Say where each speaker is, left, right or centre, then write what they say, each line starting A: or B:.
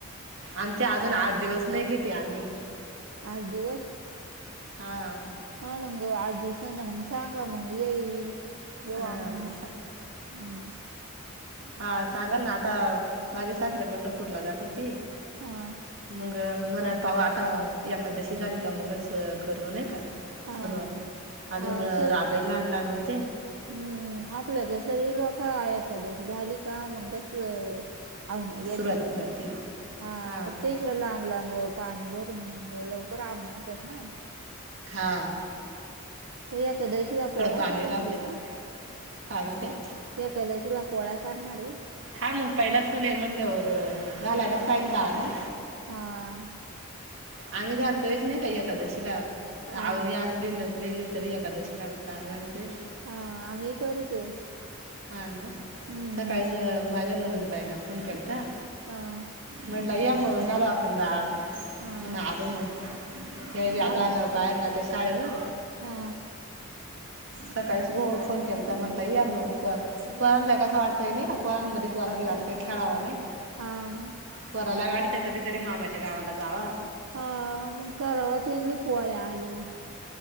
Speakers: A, on the right (about 60°); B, on the right (about 80°).
A: आमच्या अजून आठ दिवस नाही घेते आम्ही
B: आठ दिवस
A: हा आ.
B: हा मंग आठ दिवसांना मग सांगा मग येईल येऊ
A: हा
B: आम्ही हम्म.
A: सा हा सांगाल ना आता माझे सासरे पंढरपूरला जाते ती.
B: हा.
A: मग अ म्हन पाऊ आता एकादशी झाली का मगच करु नाही का?
B: हा
A: सुरुवात अजून
B: हा
A: अ
B: सर
A: राबई लहान लहान होत्या.
B: हम्म आपल्याकडे सगळी लोका एकादशी झाली का मग बसल. हाव न येत्यात
A: सुरुवाती करते
B: हा
A: हां
B: फक्त ईकड लांब लांब अ पाणी भरून मग अ लवकर आवणेया होत्या ना.
A: हा.
B: ते या एकादशीला पोळया
A: पाणी
B: करणार
A: राहते
B: आहे का?
A: काय म्हणते
B: एकादशीला पोळया करणार आहे.
A: हा मग पहिला सन आहे म्हटल्यावर घालायलाच पाहिजे दाळ न.
B: हा.
A: आम्ही घालतोच नाही का एकादशीला
B: हा
A: आवनी असली नसली बी तरी एकादशीला दाळ घालतय.
B: हा आ आम्ही करीतोय.
A: हा ना.
B: हम्म.
A: काहीच माझ्या नानंद बाईना फोन केलता.
B: हा.
A: म्हटलं या मग घालू आपण डाळ
B: हा
A: म्हण आलो मग ते बी आता
B: आम
A: बाहेर जातेय शाळेवर
B: हा.
A: सकाळी बो ओठुन केलता म्हणल या मग फोन पोराांला कस वाटतय नाही का पोराांमध्ये पोरानले वाटत खेळावा नाही का?
B: हा मग
A: पोरायला वाटतंय कधीतरी मामाच्या गावाला जावा.
B: हा मग कराव तेनले पोळ्या आल्यावर